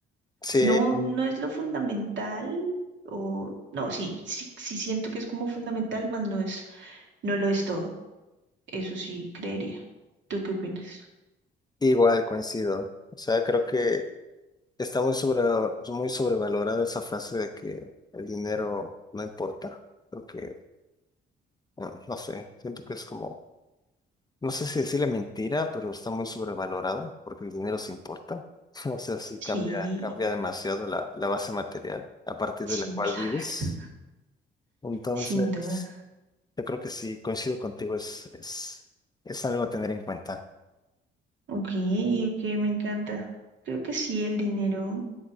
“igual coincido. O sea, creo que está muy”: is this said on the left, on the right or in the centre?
Left